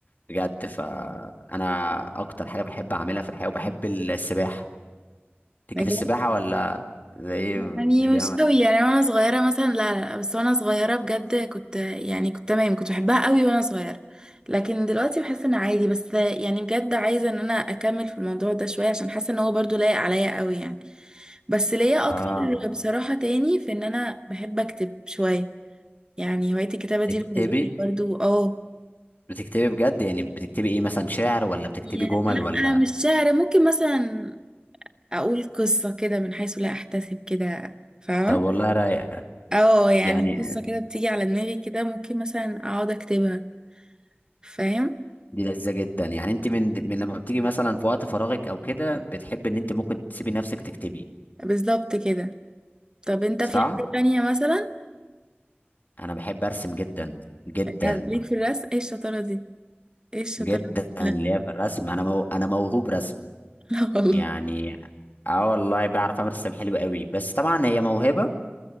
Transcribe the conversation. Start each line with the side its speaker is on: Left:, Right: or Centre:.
Left: بجد فانا اكتر حاجه بحب اعملها في الحياه وبحب السباحه ليكي
Right: مجال
Left: في السباحه ولا زي ايه
Right: يعني
Left: مش جامد
Right: مش قوي يعني وانا صغيرة مثلا لا لا لا، بس وانا صغيرة بجد كنت يعني كنت تمام كنت بحبها قوي وانا صغيرة لكن دلوقتي بحس ان عادي بس يعني بجد عايزة ان انا اكمل في الموضوع ده شوية عشان حاسة ان هو برضو لايق عليا قوي يعني بس ليا
Left: اه
Right: اكتر بصراحة تاني في ان انا بحب اكتب شوية يعني هواية الكتابة دي
Left: بتكتبي
Right: بالنسبة لي برضو اه
Left: بتكتبي بجد يعني بتكتبي ايه مثلا شعر ولا بتكتبي
Right: يا-
Left: جمل ولا
Right: لأ، مش شعر ممكن مثلا اقول قصة كده من حيث لا احتسب كده فاهمة
Left: طب والله رايق
Right: اه يعني
Left: يعني
Right: قصة كده بتيجي على دماغي كده ممكن مثلا اقعد اكتبها فاهم
Left: دي لذيذه جدا يعني انت من من لما بتيجي مثلا في وقت فراغك او كده بتحب ان انت ممكن تسيبي نفسك تكتبي
Right: بالظبط كده طب انت
Left: صح
Right: في حاجة تانية مثلا
Left: انا بحب ارسم جدا جدا
Right: يعني ليك في الرسم ايه الشطارة دي ايه الشطارة
Left: جدا
Right: دي؟
Left: ليا
Right: لا
Left: في الرسم انا مو... انا موهوب رسم
Right: <laughs> لا والله
Left: يعني اه والله بعرف امارس السباحه حلو قوي بس طبعا هي موهبه